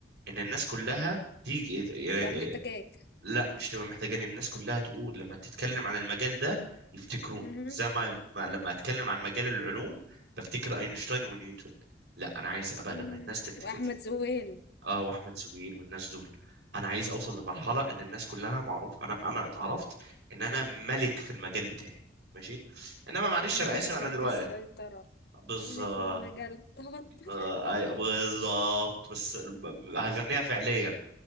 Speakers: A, on the right; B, on the left.
A: ان الناس كلها تيجي يعني-
B: تبقى محتاجاك
A: لا مش تبقى محتاجاني الناس كلها تقول لما تتكلم عن المجال ده يفتكروني
B: مهم.
A: زي ما ما- لما اتكلم عن مجال العلوم بفتكر اينشتاين ونيوتن لا انا عايز ابقى
B: مم.
A: لما الناس تفتكر
B: واحمد زويل
A: اه واحمد زويل والناس دول انا عايز اوصل لمرحله ان الناس كلها معروف انا انا اتعرفت ان انا ملك في المجال بتاعي ماشي انما معلش
B: أنا
A: انا
B: بيكو
A: اسف
B: فردت
A: انا دلوقتي
B: السيطرة
A: بالظبط
B: أنا في المجال توتر
A: آه، أي- بالظبط بس هغنيها فعليا